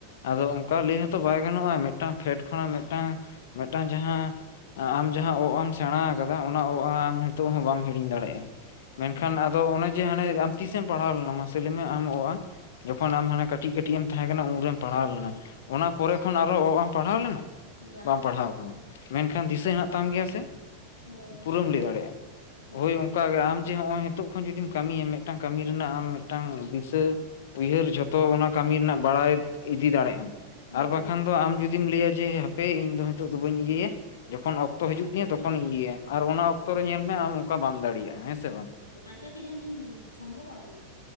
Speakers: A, on the left; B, on the left.
A: ᱟᱫᱚ ᱚᱱᱠᱟ ᱞᱟᱹᱭ ᱦᱚᱸᱛᱚ ᱵᱟᱭ ᱜᱟᱱᱚᱜᱼᱟ, ᱢᱤᱫᱴᱟᱝ ᱯᱷᱮᱰ ᱠᱷᱚᱱᱟᱜ ᱢᱤᱫᱴᱟᱝ, ᱢᱤᱫᱴᱟᱝ ᱡᱟᱦᱟᱸ ᱟᱢ ᱡᱟᱦᱟᱸ ᱚ-ᱟᱢ ᱥᱮᱬᱟ ᱠᱟᱫᱟ, ᱚᱱᱟ ᱚ ᱟᱢ ᱱᱤᱛᱚᱜ ᱦᱚᱸ ᱵᱟᱢ ᱦᱤᱲᱤᱧ ᱫᱟᱲᱮᱭᱟᱜᱼᱟ᱾ ᱢᱮᱱᱠᱷᱟᱱ
B: ᱵᱟ ᱵᱟ
A: ᱟᱫᱚ ᱚᱱᱮ ᱡᱮ ᱦᱟᱱᱮ ᱟᱢ ᱛᱤᱥᱮᱢ ᱯᱟᱲᱦᱟᱣ ᱞᱮᱱᱟ, ᱢᱟᱥᱮ ᱞᱟᱹᱭ ᱢᱮ ᱟᱢ ᱚᱼᱟ? ᱡᱚᱠᱷᱚᱱ ᱟᱢ ᱦᱟᱱᱮ ᱠᱟᱹᱴᱤᱡ ᱠᱟᱹᱴᱤᱡ ᱮᱢ ᱛᱟᱦᱮᱸ ᱠᱟᱱᱟ, ᱩᱱᱨᱮᱢ ᱯᱟᱲᱦᱟᱣ
B: ᱮᱠᱫᱚᱢ
A: ᱞᱮᱱᱟ, ᱚᱱᱟ ᱯᱚᱨᱮ ᱠᱷᱚᱱ ᱟᱨᱚ ᱚ ᱟᱢ ᱯᱟᱲᱦᱟᱣ ᱞᱮᱱᱟ,
B: ᱵᱟ
A: ᱵᱟᱢ ᱯᱟᱲᱦᱟᱣ ᱠᱟᱱᱟ ᱢᱮᱱᱠᱷᱟᱱ ᱫᱤᱥᱟᱹ ᱦᱮᱱᱟᱜ ᱛᱟᱢ ᱜᱮᱭᱟ ᱥᱮ᱾
B: ᱦᱳᱭ
A: ᱯᱩᱨᱟᱹᱢ ᱞᱟᱹᱭ ᱫᱟᱲᱮᱜᱼᱟ,
B: ᱦᱮᱸ
A: ᱦᱳᱭ ᱚᱱᱠᱟ ᱜᱮ ᱟᱢ ᱡᱮ ᱦᱚᱸᱜᱼᱚᱭ ᱛᱳᱜ ᱠᱷᱚᱱ ᱡᱩᱫᱤᱢ ᱠᱟᱹᱢᱤᱭᱟ ᱢᱮᱜᱴᱟᱝ ᱠᱟᱹᱢᱤ ᱨᱮᱱᱟᱜ ᱟᱢ ᱢᱮᱜᱴᱟᱝ ᱫᱤᱥᱟᱹ ᱩᱭᱦᱟᱹᱨ ᱡᱷᱚᱛᱚ ᱚᱱᱟ ᱠᱟᱹᱢᱤ ᱨᱮᱱᱟᱜ ᱵᱟᱲᱟᱭ ᱤᱫᱤ ᱫᱟᱲᱮᱜ ᱟᱢ ᱟᱨ
B: ᱦᱳᱭ
A: ᱵᱟᱠᱷᱟᱱ ᱫᱚ ᱟᱢ ᱡᱩᱫᱤᱢ ᱞᱟᱹᱭᱟ ᱡᱮ ᱦᱟᱯᱮ ᱤᱧ ᱫᱚ ᱦᱤᱛᱳᱜ ᱫᱚ ᱵᱟᱹᱧ ᱤᱭᱟᱹᱭᱟ ᱡᱚᱠᱷᱚᱱ ᱚᱠᱛᱚ ᱦᱤᱡᱩᱜ ᱛᱤᱧᱟᱹ ᱛᱚᱠᱷᱚᱱ ᱤᱧ ᱤᱭᱟᱹᱭᱟ ᱟᱨ ᱚᱱᱟ ᱚᱠᱛᱚ ᱨᱮ ᱧᱮᱞ ᱢᱮ ᱟᱢ ᱚᱱᱠᱟ ᱵᱟᱢ ᱫᱟᱲᱮᱭᱟᱜ-ᱟ ᱦᱮᱸ ᱥᱮ ᱵᱟᱝ?
B: ᱚᱴᱟᱠ ᱠᱤ ᱡᱟᱦᱟᱱ ᱡᱤᱥ ᱥᱚᱢᱵᱷᱚᱵ-ᱟ ᱟᱨ